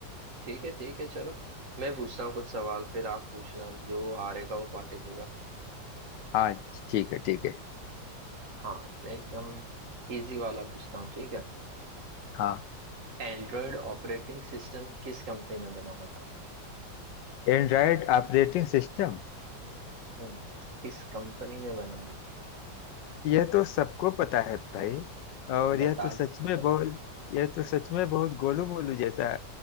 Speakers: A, on the right; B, on the left.
A: ठीक है ठीक है चलो मैं पूछता हूँ कुछ सवाल फिर आप पूछना जो हारेगा वो पार्टी देगा
B: हाँ ठीक है ठीक है
A: हाँ मैं एकदम इजी वाला पूछता हूँ ठीक है
B: हाँ
A: एंड्रॉयड ऑपरेटिंग सिस्टम किस कंपनी ने बनाया था
B: Android operating system
A: हम्म किस कंपनी ने बनाया था
B: यह तो सबको पता है भाई और
A: तो बता
B: यह तो सच
A: दो
B: में बहुत यह तो सच में बहुत गोलू मोलू जैसा